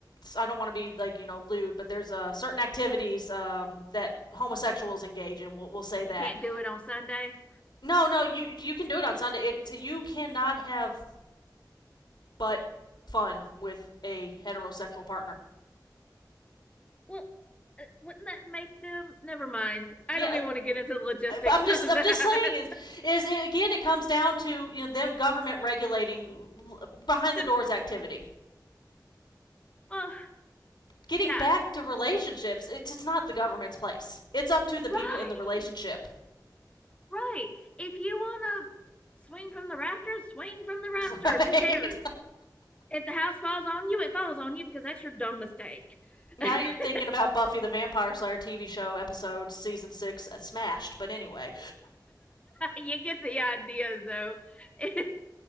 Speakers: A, on the left; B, on the left.
A: I don't want to be like you know lewd, but there's uh, certain activities um, that homosexuals engage in. We'll, we'll say
B: You
A: that.
B: can't do it on Sunday.
A: No, no, you you can do it on Sunday. It you cannot have but fun with a heterosexual partner.
B: Well, uh, wouldn't that make them? Never mind. I
A: Yeah,
B: don't even want to get into the logistics
A: uh, I'm just
B: of
A: I'm
B: that.
A: just saying is is again it comes down to you know them government regulating behind
B: <laughs>
A: the doors activity.
B: well,
A: Getting
B: yeah,
A: back to relationships, it's it's not the government's place. It's up to the
B: right,
A: people in the relationship,
B: right. If you want to swing from the rafters, swing from the rafters.
A: <laughs> right?
B: Who cares? if the house falls on you, it falls on you because that's your dumb mistake. <laughs>
A: Now you're thinking about Buffy the Vampire Slayer TV show episode season six uh, smashed. But anyway,
B: you get the idea, though. <laughs> It,